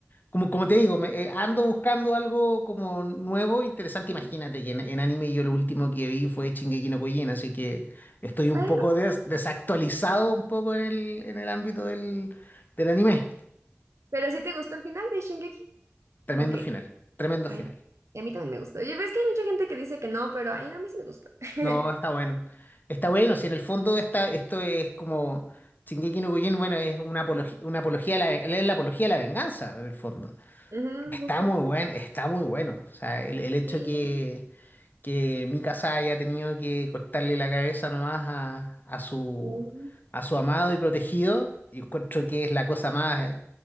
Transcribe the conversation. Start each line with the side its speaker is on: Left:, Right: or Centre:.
Left: como, como te digo, me, eh, ando buscando algo como nuevo, interesante.
Right: <laughs>
Left: Imagínate que en, en anime yo lo último que vi fue Shingeki no Kyojin, así que estoy un
Right: Ay,
Left: poco des- desactualizado un poco en el, en el ámbito del, del anime.
Right: pero si te gustó el final de Shingeki.
Left: Tremendo
Right: Ok,
Left: final, tremendo
Right: ay,
Left: final.
Right: y a mí también me gustó. Y ves que hay mucha gente que dice que no, pero ay, no, a mí sí me gusta. <laughs>
Left: No, está bueno. Está bueno, si en el fondo está, esto es como Shingeki no Kyojin, bueno, es una apología, una apología a la, es la apología a la venganza, en el fondo.
Right: Ujú,
Left: Está
Right: justo.
Left: muy bueno, está muy bueno. O sea, el, el hecho
Right: Sí,
Left: que, que Mikasa haya tenido que cortarle la cabeza nomás a, a su
Right: claro.
Left: a su amado y protegido, y encuentro que es la cosa más